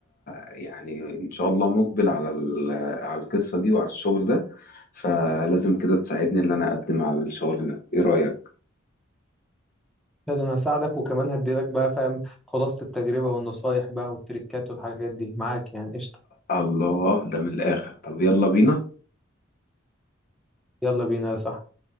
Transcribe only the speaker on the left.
يعني ان شاء الله مقبل على ال- على القصة دي وعلى الشغل ده فلازم كده تساعدني ان انا اقدم على الشغل ده ايه رأيك
الله ده من الاخر طب يلا بينا